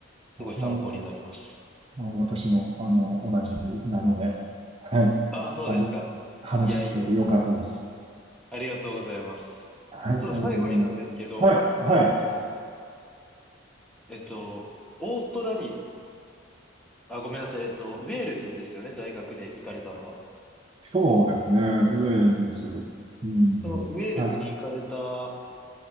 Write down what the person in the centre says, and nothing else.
すごい参考になります。
ああ、そうですか。
いやいやいやいや、ありがとうございます。
ちょっと最後になんですけど、
あの、えっと、オーストラリア、あ、ごめんなさい、えっと、ウェールズですよね、大学で行かれたのは。
そのウェールズに行かれた